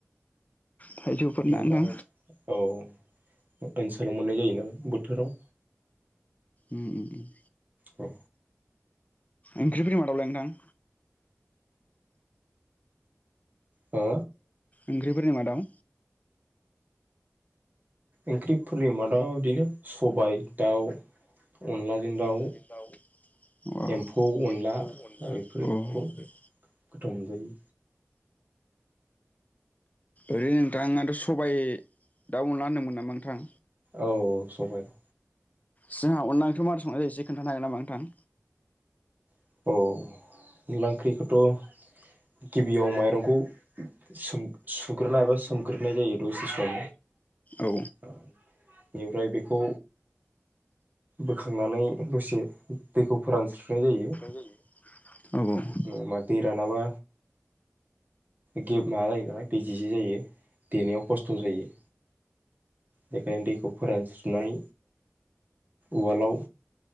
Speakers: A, on the left; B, on the right.
A: थाइजौफोर
B: नङा
A: ना
B: होमबा
A: नोंथां
B: औ ओनसोलाव मोननाय जायो नालाय बोथोराव
A: ओम ओम
B: औ
A: ओंख्रिफोरनि मादावलाय नोंथां
B: हो
A: ओंख्रिफोरनि मादाव
B: ओंख्रिफोरनि मादाव बिदिनो सबाय दाउ अनलाजों दाउ
A: अनलाजों दाव
B: एम्फौ अनला
A: एम्फौ अनला
B: बेफोरखौ
A: बे
B: गोथाव मोनजायो
A: ओरै नोंथाङाथ' सबायाइ दा अनला होनदोंमोन नामा नोंथां
B: औ सबाय दं
A: जोंहा अनला ओंख्रिखौ माबादि संनाय जायो एसे खोन्थानो हागोन नामा नोंथां
B: औ <unintelligible> ओंख्रिखौथ' गिबियाव माइरंखौ सु-सुग्रोनाय एबा सोमग्रोनाय जायो दसे सम
A: औ
B: बेनिफ्राय बेखौ बोखांनानै दसे दैखौ फोरानस्रोनाय जायो
A: <unintelligible> औ औ औ
B: नङाबा दै रानाबा गेबलेया माबा जायो नालाय दैजिजि जायो देनायाव खस्थ' जायो बेखायनो दैखौ फोरानस्रिनानै उवालाव